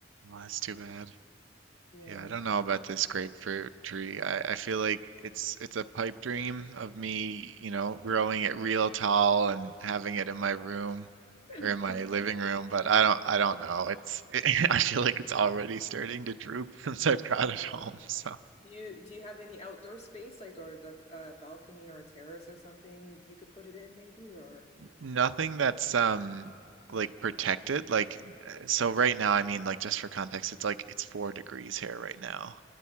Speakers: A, on the right; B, on the left.
A: Well, that's too bad.
B: Yeah.
A: Yeah, I don't know about this grapefruit tree. I, I feel like it's it's a pipe dream of me, you know, growing it real tall and having it in my room
B: <laughs>
A: or in my living room, but I don't I don't know. It's <laughs> I feel like it's already starting to droop <laughs> since I brought
B: Oh.
A: it home. So
B: Do you do you have any outdoor space like or a, a balcony or a terrace or something you, you could put it in maybe or
A: nothing that's um like protected. Like uh, so right now, I mean like just for context, it's like it's four degrees here right now.